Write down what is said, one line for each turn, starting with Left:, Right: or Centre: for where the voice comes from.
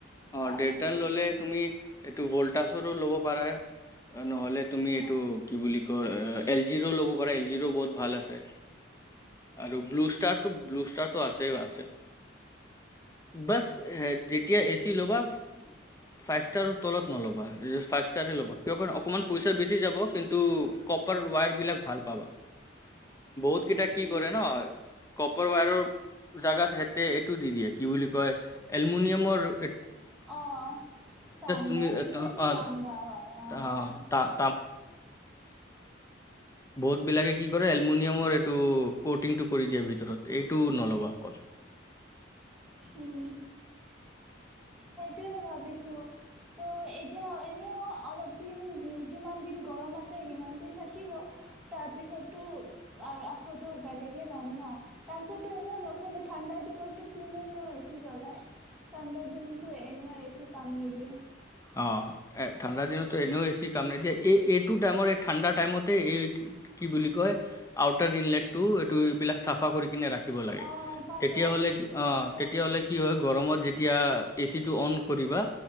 Centre: ভাল
Left: অ ডেৰটন
Centre: হ'ব
Left: ললে তুমি এইটো ভল্টাজৰো ল'ব পাৰা। নহলে তুমি
Centre: অঁ
Left: এইটো কি বুলি ক এল জিৰ ৰো ল'ব পাৰা এল জিৰ ৰো বহুত ভাল আছে। আৰু ব্লুষ্টাৰো ব্লু ষ্টাৰতটো আছে আছে। বছ যেতিয়া এ চি ল'ব। বা <unintelligible> কপাৰ ৱায়াৰ বিলাক ভাল পাবা। বহুতকেইটা
Centre: উম,
Left: কি কৰে ন ক' ক'পাৰ ৱায়ৰেৰ জেগাত সিহেঁতে এইটো দি দিয়ে কি বুলি কয় এলুমিনিয়ামৰ
Centre: অ'। তাম্বা
Left: তুমি
Centre: সেইটোৱেইটো
Left: এ, ত- অ,
Centre: তাম্বা হয় আহ।
Left: তা-
Centre: <inaudible>
Left: তা- বহুতবিলাকে কি কৰে এলুমিনিয়ামৰ এইটো কটিংটো কৰি দিয়ে ভিতৰত এইটো নল'বা অকল।
Centre: উম, সেইটোৱে ভাবিছো। ত' এতিয়া এনেও অলপ দিন যিমান দিন গৰম আছে সিমান দিন থাকিব। তাৰ পিছতটো আকৌ বেলেগে ল'ম ন তাৰপিছতো এনেও নচলে থাক ঠাণ্ডাৰ দিনতো কোনেনো এ চি জ্বলায় ঠাণ্ডাৰ দিন টো এনেও এ ছি কাম নিদিয়ে।
Left: অ', এ ঠাণ্ডা দিন এনেও এ চি কাম নিদিয়ে এই এই টো টাইমত এই ঠাণ্ডাৰ টাইমতেই এ কি বুলি কয় আউতাৰ দিন লেটটো এইটো এইবিলাক চাফা চাফা কৰি কিনে ৰাখিব লাগে
Centre: অঁ ফাৰ্ষ্ট
Left: তেতিয়া হ'লে কি অ'
Centre: এইটোৱে
Left: তেতিয়া হ'লে কি হয় গৰমত যেতিয়া এ চিটো অন কৰিবা